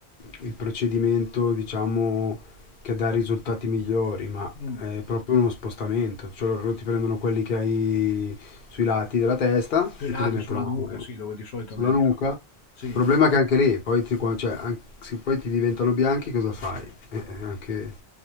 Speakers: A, on the left (about 50°); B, on the left (about 75°).
A: il procedimento, diciamo, che dà risultati migliori, ma
B: Mm.
A: è proprio uno spostamento, cioè loro ti prendono quelli che hai sui lati della testa
B: Pelati
A: e te li mettono
B: sulla nuca, sì, dove di solito
A: sulla
B: ne hai
A: nuca.
B: di più.
A: Il
B: Sì.
A: problema è che anche lì, poi ti, qua- cioè, an- se poi ti diventano bianchi, cosa fai? Eh, eh, anche,